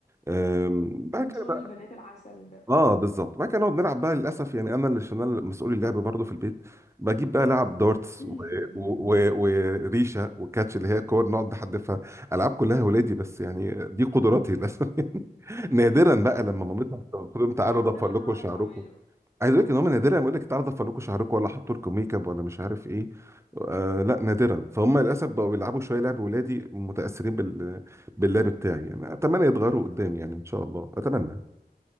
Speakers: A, on the right; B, on the left.
A: أم، بعد
B: من
A: كده
B: شغل
A: بقى
B: البنات العسل ده
A: اه بالظبط بعد كده نقعد نلعب بقى للاسف يعني انا اللي عشان انا مسؤول اللعب برضه في البيت بجيب بقى لعب دارتس
B: <laughs>
A: و... و... و... وريشه وكاتش اللي هي كور نقعد نحدفها العاب كلها ولادي بس يعني دي قدراتي للاسف <laughs> يعني نادرا بقى لما مامتهم تاخدهم تعالوا ضفر
B: ده اللي انا
A: لكم
B: هعرف
A: شعركم
B: اعمله
A: عايز اقول لك ان هم نادرا لما يقول لك تعالى ضفر لكم شعركم ولا حطوا لكم ميك اب ولا مش عارف ايه آه لا نادرا فهم للاسف بقوا بيلعبوا شويه لعب ولادي متاثرين بال... باللعب بتاعي يعني اتمنى يتغيروا قدام يعني ان شاء الله اتمنى